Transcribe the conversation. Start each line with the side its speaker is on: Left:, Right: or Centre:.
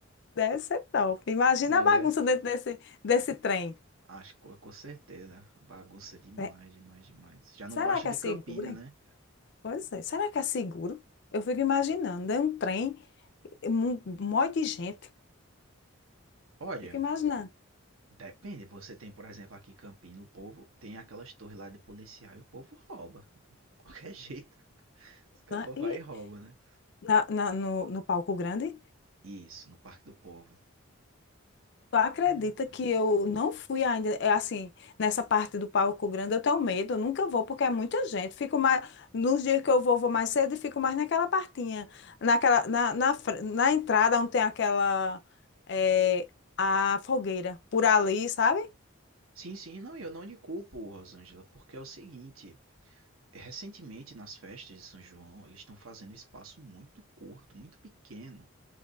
Left: Deve ser top. Imagina
Right: Não,
Left: a bagunça
Right: né?
Left: dentro desse, desse trem.
Right: Acho que com certeza. Bagunça demais,
Left: É,
Right: demais, demais. Já
Left: Será
Right: não baixa
Left: que é
Right: de
Left: seguro,
Right: Campina,
Left: hein?
Right: né?
Left: Pois é. Será que é seguro? Eu fico imaginando. É um trem, um um monte de gente.
Right: Olha,
Left: Fico imaginando.
Right: Depende, você tem, por exemplo, aqui em Campina, o povo tem aquelas torres lá de policial e o povo rouba. De Qualquer <laughs> jeito, os cabas
Left: né? E
Right: vai e rouba, né?
Left: na, na- no, no palco grande,
Right: Isso, no Parque do Povo.
Left: tu acredita
Right: É, rapaz.
Left: que eu não fui ainda, é assim, nessa parte do palco grande, eu tenho medo, eu nunca vou, porque é muita gente. Fico mais, nos dias que eu vou, vou mais cedo e fico mais naquela partinha, naquela, na, na, fr- na entrada onde tem aquela, é, a fogueira, por ali, sabe?
Right: Sim, sim, não, eu não lhe culpo, Rosângela, porque é o seguinte, recentemente nas festas de São João, eles estão fazendo espaço muito curto, muito pequeno.